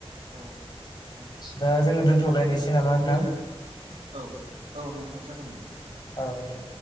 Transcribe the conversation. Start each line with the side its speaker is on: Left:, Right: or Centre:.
Right: औ औ
Left: दा जोंङो
Right: हामब
Left: दोनथ'लायनोसै नामा नोंथां
Right: गोजोन औ औ नोंथां जागोन दे
Left: औ दे